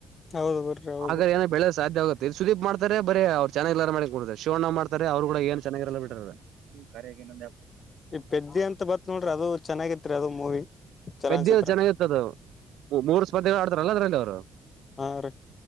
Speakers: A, on the left (about 30°); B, on the right (about 80°).
A: ಹೌದು ಬಿಡ್ರಿ ಹೌದು
B: ಆಗ ಏನೋ ಬೆಳದು ಸಾಧ್ಯ ಆಗುತ್ತೆ. ಸುದೀಪ್ ಮಾಡ್ತಾರೆ ಬರ ಅವ್ ಚನ್ನಾಗಿಲ್ಲ ಮಾಡಕ್ ಕೊಡ್ತಾರೆ, ಶಿವಣ್ಣರು ಅವರು ಕೂಡ ಏನು ಚೆನ್ನಾಗಿರಲ್ಲ ಬಿಟ್ಟಿರಲ್ಲ. ಹೂ ಖರೆಗೆ ನೊಂದ
A: ಈ ಪೆದ್ದಿ ಅಂತ ಬಂತ್ ನೋಡ್ರಿ, ಅದು ಚೆನ್ನಾಗಿತ್ರಿ ಅದು ಮೂವಿ ಚಲನಚಿತ್ರ.
B: ಪೆದ್ಯ ಚೆನ್ನಾಗಿರ್ತದ ಮೂರು ಸ್ಪರ್ಧೆಗಳು ಆಡ್ತಾರಲ್ಲ ಅದರಲ್ಲಿ ಅವರು.
A: ಹಾ ರೀ